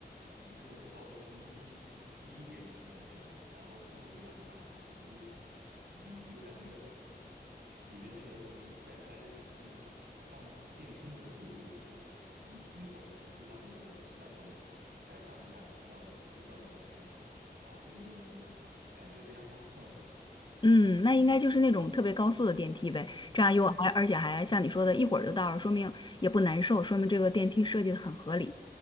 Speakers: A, on the right; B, on the left.
A: 嗯，真的是高楼第一第一第第一电梯啊那种，然后速度非常快，你就你你就感觉呃里边那个里带着孩子是那个孩上电梯那个速度啊，就你一会儿就到了那个四百多米了，再上一下就到了就到了顶端了，啊，就是那种感觉非常好，<laughs>
B: 嗯，那应该就是那种特别高速的电梯呗，这样又而而且还像你说的，
A: 对。
B: 一会儿就到了，说明也不难受，说明这个电梯设计的很合理。